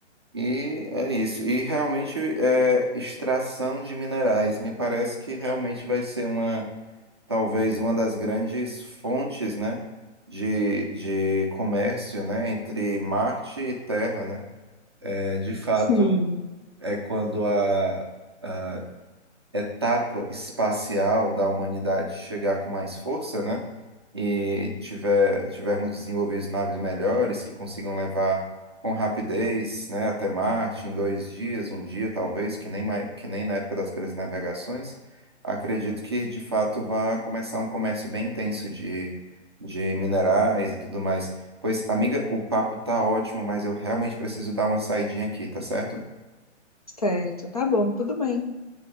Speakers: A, on the right; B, on the left.
A: E é isso. E realmente é extração de minerais. Me parece que realmente vai ser uma, talvez uma das grandes fontes, né, de, de comércio, né, entre Marte e Terra, né? É, de fato,
B: Sim.
A: é quando a, a etapa espacial da humanidade chegar com mais força, né? E tiver, tivermos desenvolvido naves melhores que consigam levar com rapidez, né, até Marte em dois dias, um dia talvez, que nem, mai- que nem na época das grandes navegações, acredito que de fato vai começar um comércio bem intenso de, de minerais e tudo mais. Pois, amiga, o papo tá ótimo, mas eu realmente preciso dar uma saidinha aqui, tá certo?
B: Certo, tá bom, tudo bem.